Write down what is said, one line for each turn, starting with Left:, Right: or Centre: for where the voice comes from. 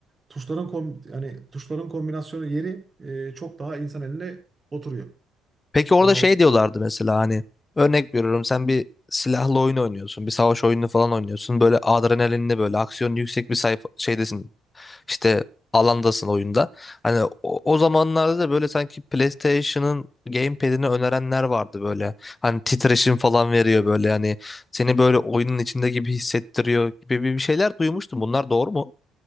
Right: tuşların kom yani tuşların kombinasyonu yeri e, çok daha insan eline oturuyor.
Left: Peki orada
Right: Bunu
Left: şey diyorlardı mesela hani örnek veriyorum sen bir silahlı oyun oynuyorsun. Bir savaş oyunu falan oynuyorsun. Böyle adrenalinli böyle aksiyon yüksek bir sayfa şeydesin. işte alandasın oyunda. Hani o, o zamanlarda da böyle sanki PlayStation'ın gamepad'ini önerenler vardı böyle. Hani titreşim falan veriyor böyle hani seni böyle oyunun içinde gibi hissettiriyor gibi bir şeyler duymuştum. Bunlar doğru mu?